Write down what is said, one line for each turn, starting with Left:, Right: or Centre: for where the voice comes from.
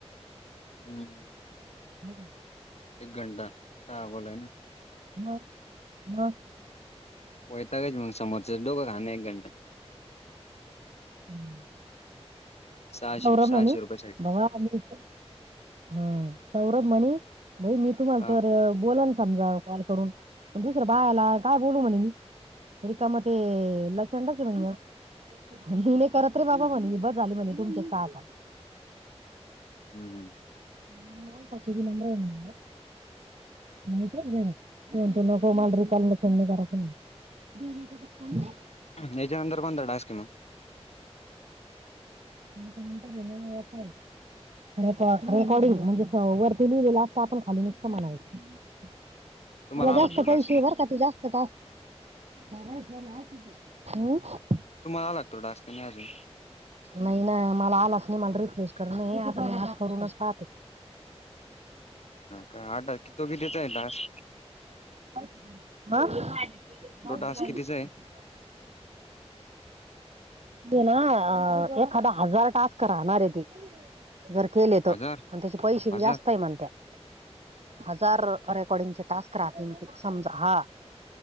Left: हम्म
Right: ठीक आहे
Left: एक घंटा लागवल ना
Right: हा हा
Left: वैतागच मग समोरचं डोघं खा एक घंटा
Right: हम
Left: सहाशे
Right: गौरमणे
Left: सहाशे रुपयासाठी
Right: बघ आ हम्म सौरभ म्हणी भाई मी तुम्हाला
Left: हा
Right: तर बोलल समजा कॉल करून दुसर्या बाळाला काय बोलू म्हणली रिकाम ते लचंडच आहे म्हणे मी नाही करत रे बाबा बस झालं म्हणली तुमचं साग
Left: हम्म हम्म
Right: माे माल पाकी की नबर म्ह आहे <unintelligible> नाही तु नको मांलरी काल समणी करा पण <inaudible>
Left: हेच्या नंतर कोणता टास्क मग?
Right: काून तरर ना हो पल <inaudible>
Left: <inaudible>
Right: रेकॉर्डिंग म्हणजे वरती लिहिलेलं असतं आपण खाली नुसतं म्हणायचं
Left: तुम्हाला
Right: मला
Left: आला
Right: जास्त
Left: तो टास्क
Right: पैसे
Left: मग
Right: बरका ते जास्त हम! <unintelligible>
Left: तुम्हाला आला का तो टाक्स का अजून
Right: नाही ना मला आलाच नाही मला रिफ्रेश करून आता करूनच पाहते.
Left: का आठ कि तो कितीचा आहे त <unintelligible>
Right: <unintelligible>
Left: तो टास्क कितीचा आहे
Right: ये ना अ एखादा हजार टास्क राहणार आहे ते जर केले तर
Left: हजार
Right: त्याचे पैसे
Left: हजार
Right: जास्त आहे म्हणतात हजार रेकॉर्डिंगचे टास्क राहते म समजा हा